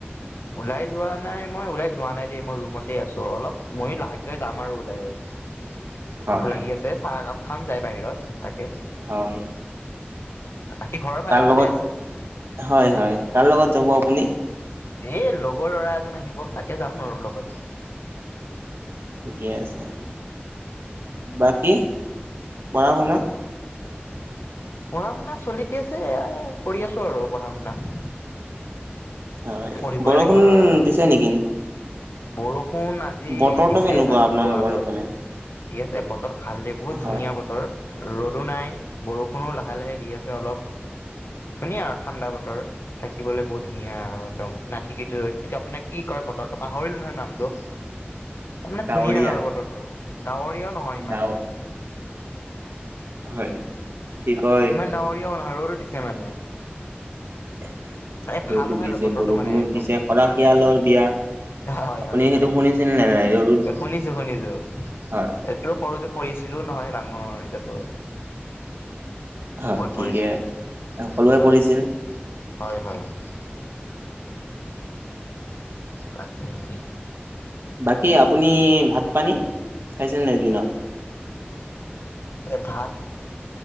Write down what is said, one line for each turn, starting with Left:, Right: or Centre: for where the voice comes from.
Left: ওলাই যোৱা নাই মই ওলাই যোৱা নাই দেই মই ৰুমতে আছো অলপ ময়ো লাহেকে যাম আৰু ওলাই আহ-
Right: হয়
Left: ভোক লাগি আছে চাহ একাপ খাম যায় বাহিৰত তাকে।
Right: হয়।
Left: বাকী ঘৰৰ
Right: কাৰ
Left: ফালে
Right: লগত
Left: ভালে আছে।
Right: হয় হয় কাৰ লগত যাব আপুনি।
Left: এ লগৰ ল'ৰা এজন আহিব তাকে যাম আৰু লগত।
Right: ঠিকে আছে বাকী পঢ়া শুনা-
Left: পঢ়া শুনা চলি আছে কৰি আছো আৰু পঢ়া শুনা।
Right: হয়
Left: পঢ়িবই
Right: বৰষুণ
Left: লাগিব ধৰ আৰু
Right: দিছে নেকি?
Left: বৰষুণ আজি
Right: বতৰটো
Left: দিছে
Right: কেনেকুৱা
Left: ৰাতিপুৱা
Right: আপোনালোকৰ
Left: অলপ।
Right: সিফালে?
Left: ই আছে বতৰ ভাল দে বহুত
Right: হয়
Left: ধুনীয়া বতৰ- ৰ'দো নাই বৰষুণো লাহে লাহে দি আছে অলপ। ধুনীয়া আৰু ঠাণ্ডা বতৰ থাকিবলে বহুত ধুনীয়া আৰু- একদম নাথিকি আপোনাক কি কৰে বতৰটো পাহৰিলো নহয় নামটো। তাৰমানে
Right: ডাৱৰীয়া
Left: ধুনীয়া আৰু বতৰটো ডাৱৰীয়াও নহয় ইমান।
Right: ডাৱ হয়। কি কয়
Left: ইমান ডাাৱৰীয়াও নহয় ৰ'দো দিছে মানে।
Right: <inaudible>
Left: এই
Right: ৰ'দো
Left: ভাল হয়
Right: দিছে
Left: বতৰটো
Right: বৰষুণো
Left: মানে একদম-
Right: দিছে খৰাশিয়ালৰ বিয়া
Left: হয়
Right: আপুনি
Left: হয়
Right: সেইটো
Left: হয়
Right: শুনিছিল নে নাই ৰ'দ
Left: শুনিছো শুনিছো।
Right: হয়
Left: তো সৰুতে পঢ়িছিলোও নহয় ডাঙৰ এতিয়াতো-
Right: হয়
Left: বহুত
Right: ঠিকে
Left: পৰিছে
Right: সকলোৱে
Left: হয়
Right: পঢ়িছিল
Left: হয় হয়। বাকী এইয়ে-
Right: বাকী আপুনি ভাত পানী খাইছে নাই দিনত।
Left: হে ভাত-